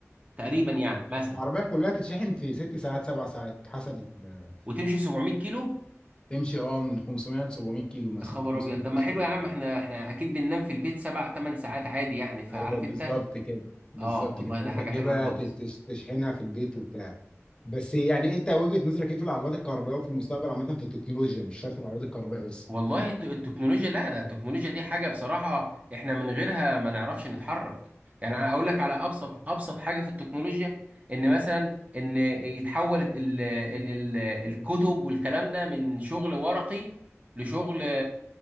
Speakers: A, on the right (about 30°); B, on the left (about 20°).
A: تقريبا يعني مثلا
B: العربية كلها تتشحن في ست ساعات سبع ساعات حسب ال-
A: وتمشي 700 كيلو
B: تمشي اه من 500 ل 700 كيلو مثلا
A: يا خبر
B: من 500
A: ابيض
B: كيلو
A: طب ما
B: 700
A: حلو يا عم
B: كيلو
A: احنا احنا اكيد بننام في البيت سبع ثمان ساعات عادي يعني فعارف
B: ايوه بالظبط
A: انت
B: كده بالظبط
A: اه والله
B: كده
A: ده
B: انت
A: حاجه
B: تجيبها
A: حلوه خالص
B: ت- تش- تشحنها في البيت وبتاع بس يعني انت وجهة نظرك ايه في العربيات الكهربائيه وفي المستقبل عامه في التكنولوجيا مش شرط العربيات الكهربائيه بس
A: والله الت- التكنولوجيا لا لا التكنولوجيا دي حاجة بصراحة احنا من غيرها ما نعرفش نتحرك يعني انا اقول لك على ابسط ابسط حاجة في التكنولوجيا ان مثلا ان يتحول ال ال ال الكتب والكلام ده من شغل ورقي لشغل